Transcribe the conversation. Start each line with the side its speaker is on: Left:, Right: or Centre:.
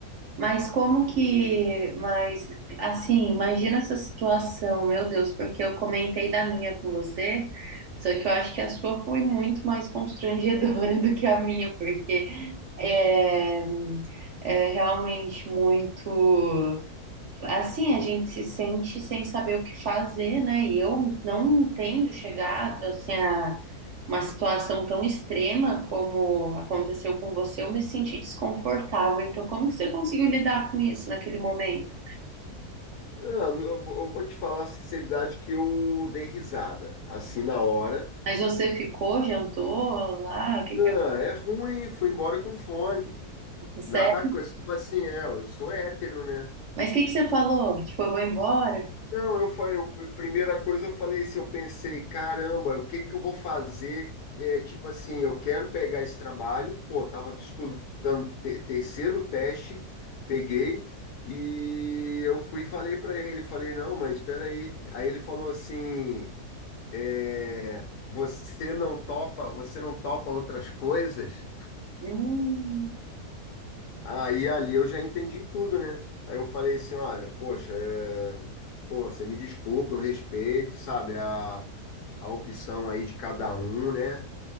Right: mas como que, mas assim, imagina essa situação, meu Deus, porque eu comentei da minha com você, só que eu acho que a sua foi muito mais constrangedora <laughs> do que a minha, porque é, é realmente muito. Assim, a gente se sente sem saber o que fazer, né? E eu não entendo chegar assim, a uma situação tão extrema como aconteceu com você, eu me senti desconfortável. Então, como que você conseguiu lidar com isso naquele momento?
Left: Ah, eu vou eu vou te falar a sinceridade que eu dei risada, assim, na hora.
Right: Mas você ficou, jantou lá, o que
Left: Não,
Right: que
Left: é ruim, fui embora com fome.
Right: aconteceu?
Left: Nada, co- tipo assim, é, eu sou hétero, né?
Right: Mas o que que você falou? Tipo, eu vou embora?
Left: Não, eu falei, eu- primeira coisa eu falei isso, eu pensei, caramba, o que que eu vou fazer? É, tipo assim, eu quero pegar esse trabalho, pô, tava estudando te- terceiro teste, peguei e eu fui e falei para ele, falei, não, mas espera aí. Aí ele falou assim, é, você não topa, você não topa outras coisas,
Right: Hum,
Left: aí ali eu já entendi tudo, né? Aí eu falei assim, olha, poxa, é, pô, você me desculpa, eu respeito, sabe, a, a opção aí de cada um, né?